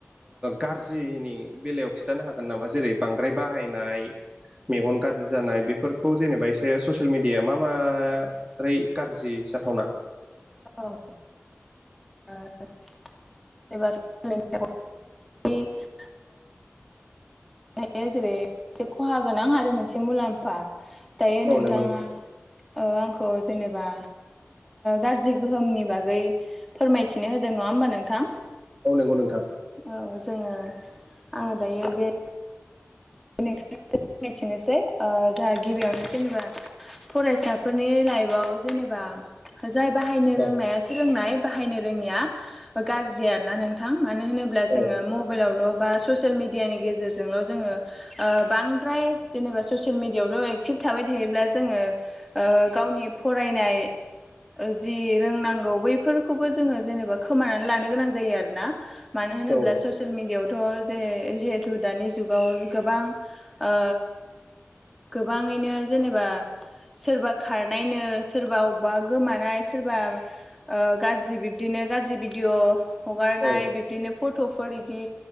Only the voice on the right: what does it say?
गाज्रिनि बेलायाव खिन्थानो हागोन नामा जेरै बांद्राय बाहायनाय मेगन गाज्रि जानाय बेफोरखौ जेनेबा एसे ससियेल मिडिया मा मा ओरै गाज्रि जाथावना
औ
नंगौ नोंथां
औ नंगौ नोंथां।
औ
औ
औ
औ